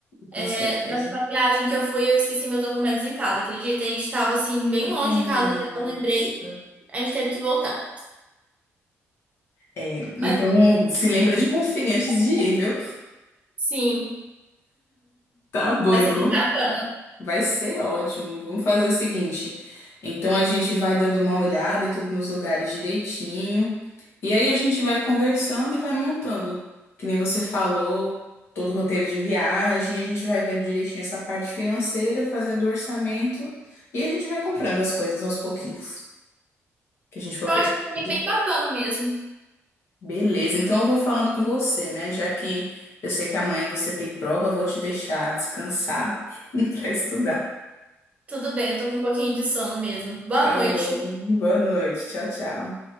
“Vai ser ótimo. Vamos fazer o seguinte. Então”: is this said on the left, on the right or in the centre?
Left